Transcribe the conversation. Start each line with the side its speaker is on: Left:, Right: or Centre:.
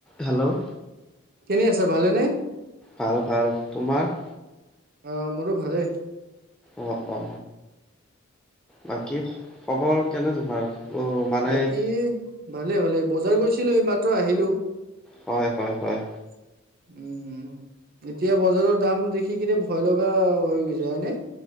Centre: Hello
Right: কেনে আছা ভালে নে
Centre: ভাল ভাল তোমাৰ
Right: অ মোৰো ভালেই
Centre: অ অ বাকী খবৰ কেনে তোমাৰ অ মানে
Right: বাকী ভালে ভালে বজাৰ গৈছিলো এই মাত্ৰ আহিলো
Centre: হয় হয় হয়
Right: উম এতিয়া বজাৰৰ দাম দেখি কিনে ভয় লগা হৈ গৈছে হয়নে